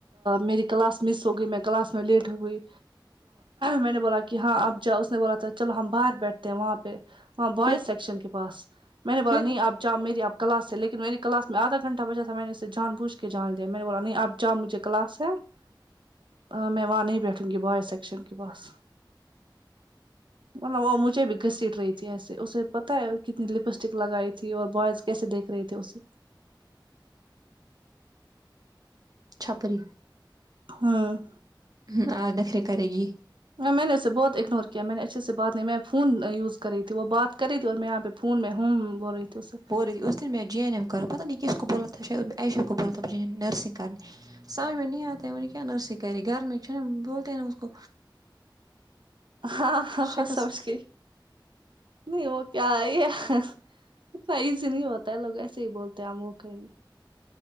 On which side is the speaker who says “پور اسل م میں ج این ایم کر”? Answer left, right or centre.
Right